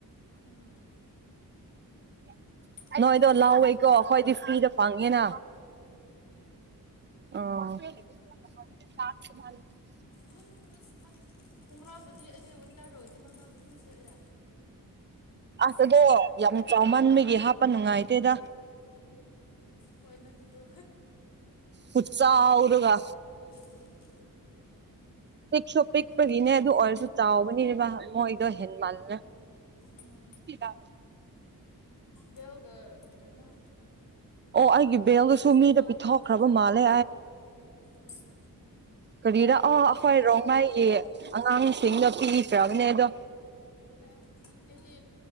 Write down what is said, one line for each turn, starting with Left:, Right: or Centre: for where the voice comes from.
Left: ꯎꯝ
Right: <inaudible>
Left: ꯐ꯭ꯔꯤꯒꯤ
Right: ꯅꯣꯏꯗꯣ
Left: ꯐꯪꯗꯕ
Right: ꯂꯥꯎꯋꯦꯀꯣ ꯑꯩꯈꯣꯏꯗꯤ ꯐ꯭ꯔꯤꯗ ꯐꯪꯉꯦꯅ꯫ ꯑꯣ
Left: ꯌꯨꯝ ꯑꯁ ꯈꯣꯡꯒ꯭ꯔꯥꯕꯨꯗꯤ ꯑꯩꯗꯤ ꯋꯤꯟꯇꯔꯗ ꯑꯣꯏꯗꯤ ꯃꯔꯃꯥꯗꯗꯤ ꯑꯗꯨꯝ ꯁꯦꯠꯂꯦ
Right: ꯑꯁ ꯑꯗꯣ ꯌꯥꯝ ꯆꯥꯎꯃꯟꯕꯒꯤ ꯍꯥꯞꯄ ꯅꯨꯡꯉꯥꯏꯇꯦꯗ
Left: ꯍꯣꯏ ꯅꯪꯒꯤꯗꯣ
Right: ꯍꯠꯆꯥ ꯍꯧꯔꯒ
Left: ꯎꯝ꯫
Right: ꯄꯤꯛꯁꯨ ꯄꯤꯛꯄꯒꯤꯅꯦ ꯑꯗꯨ ꯑꯣꯏꯔꯁꯨ ꯆꯥꯎꯕꯅꯤꯅꯦꯕ ꯃꯣꯏꯗꯣ ꯍꯦꯟ ꯃꯜꯂꯦ꯫
Left: ꯎꯝ
Right: ꯁꯤꯇ
Left: ꯕꯤꯜꯒ ꯀꯩꯅꯣ
Right: ꯑꯣ ꯑꯩꯒꯤ
Left: ꯚꯕꯨꯠꯄꯨꯗꯤ
Right: ꯕꯦꯜꯗꯨꯁꯨ ꯃꯤꯗ
Left: ꯏꯅꯥꯎ ꯅꯨꯄꯥꯅ
Right: ꯄꯤꯊꯣꯛꯈ꯭ꯔꯕ
Left: ꯂꯧꯈ꯭ꯔꯕꯅꯦ
Right: ꯃꯥꯜꯂꯦ
Left: ꯎꯝ
Right: ꯀꯔꯤꯗ ꯑ ꯑꯩꯈꯣꯏ ꯔꯣꯡꯃꯩꯒꯤ ꯑꯉꯥꯡꯁꯤꯡꯗꯣ ꯄꯤꯈ꯭ꯔꯕꯅꯦ ꯑꯗꯣ꯫
Left: ꯑꯦ ꯑꯩꯗꯤ꯫